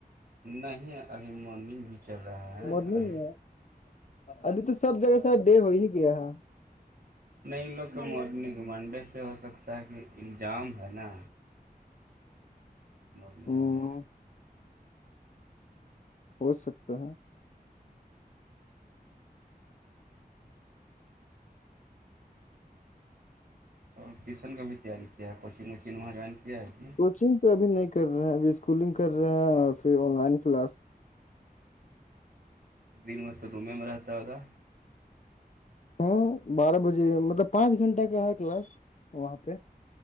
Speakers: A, on the right (about 65°); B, on the left (about 50°).
A: نہیں ابھی منگ بھی چل رہا ہے
B: مارننگ
A: ابھی
B: ابھی تو سب جگہ ساید دیر ہو ہی گیا ہے
A: نہیں لوگ کہ منگمنڈے سے ہو سکتا ہے کہ الزام ہے نا مورنحا
B: ہ
A: <unintelligible>
B: ہو سکتا ہے
A: اور ٹیوشن کا بھی تیاری کیا ہے کوچنگ ووچنگ وہاں جوائن کیا ہے جھی
B: کوچنگ تو ابھی نہیں کر رہے ہیں ابھی اسکولنگ کر رہے ہیں اور پھر آن لائن کلاس
A: دن میں تو ڈوم میں رہتا ہوگا
B: ہاں بارہ بجے مطلب پانچ گھنٹہ کا ہے کلاس وہاں پہ